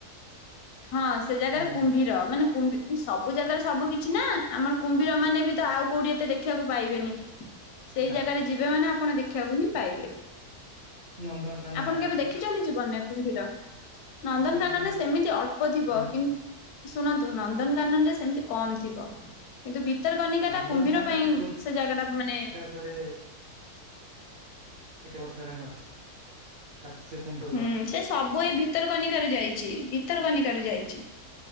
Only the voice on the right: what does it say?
ହୁଁ
ନା
ନନ୍ଦନକାନନରେ
ଅଛି
ନନ୍ଦନକାନନ
ଅଛି
ନନ୍ଦନକାନନରେ
ଗୋଟେ ଏତେ ବର୍ଷ ହେଲାଣି ଅଛି। ତାକ୍ସେ ସେଫ୍ କୁହନ୍ତୁ।